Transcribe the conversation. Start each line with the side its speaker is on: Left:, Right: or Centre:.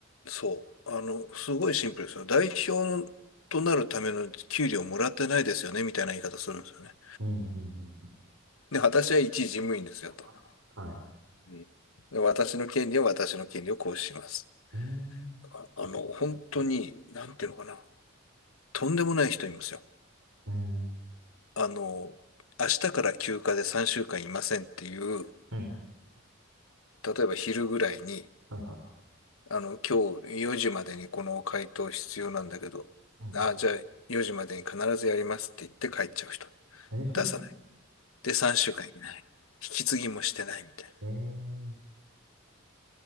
Left: そう。あの、すごいシンプルですよ。代表となるための給料もらってないですよね、みたいな言い方するんですよね。
Right: うんうんうんうん。
Left: で、私は一事務員ですよ、
Right: あはい。
Left: と。うんで私の権利は私の権利を行使します。
Right: うん。
Left: ああの、本当に、なんていうのかな。とんでもない人いますよ。
Right: うん。
Left: あの、明日から休暇で3週間いませんっていう、
Right: うん。
Left: 例えば昼ぐらいに、
Right: はいは
Left: あの、今日4時までにこの回答必要なんだけど、
Right: い。うん。
Left: あ、じゃあ4時までに必ずやりますって言って帰っちゃう人。
Right: え
Left: 出さない。で、3週間いない。引き継ぎもしてないみたいな。
Right: ー、えー、